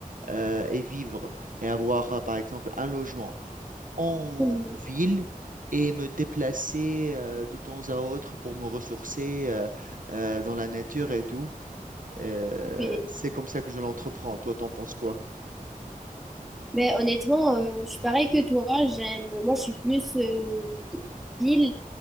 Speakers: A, on the right; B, in the centre.
A: euh, et vivre et avoir, euh, par exemple, un logement en
B: Mhm.
A: ville et me déplacer euh, de temps à autre pour me ressourcer euh, euh, dans la nature et tout. Euh,
B: Oui.
A: c'est comme ça que je l'entreprends. Toi, t'en penses quoi?
B: Mais honnêtement, euh, je suis pareil que toi. J'aime, moi, je suis plus euh, ville.